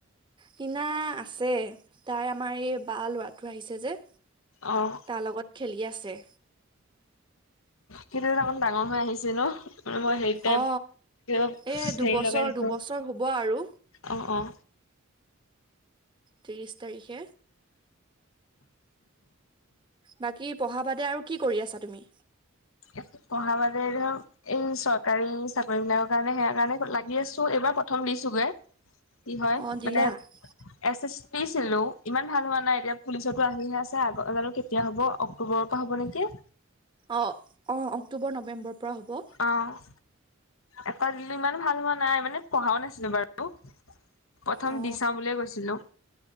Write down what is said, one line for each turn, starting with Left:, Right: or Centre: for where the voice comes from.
Right: কিনা আছে তাই আমাৰ এই বাৰ ল'ৰাটো আহিছে যে
Left: অঁ
Right: তাৰ লগত খেলি আছে
Left: সিতো অকমান ডাঙৰ হৈ আহিছে ন মানে মই হেৰি টাইপ
Right: অ
Left: হেৰি
Right: এ দুবছৰ
Left: লগাই ৰাখো
Right: দুবছৰ হ'ব আৰু
Left: অ অ
Right: ত্ৰিশ তাৰিখে বাকী পঢ়া বাদে আৰু কি কৰি আছা তুমি
Left: একো পঢ়া বাদেতো এই চৰকাৰী চাকৰি বিলাকৰ কাৰণে সেয়া কাৰণে লাগি আছো এইবাৰ প্ৰথম দিছোগে কি হয়
Right: অ
Left: মানে
Right: <unintelligible>
Left: এছ এছ দিছিলো ইমান ভাল হোৱা নাই এতিয়া পুলিচৰ পৰা আহিহে আছে আকৌ জানো কেতিয়া হ'ব অক্টোবৰৰ পৰা হ'ব নেকি
Right: অঁ অঁ অক্টোবৰ নৱেম্বৰৰ পৰা হ'ব
Left: অঁ এটা দিলো ইমান ভাল হোৱা নাই মানে পঢ়াও নাছিলো বাৰু প্ৰথম
Right: অ
Left: দি চাওঁ বুলিয়ে কৈছিলো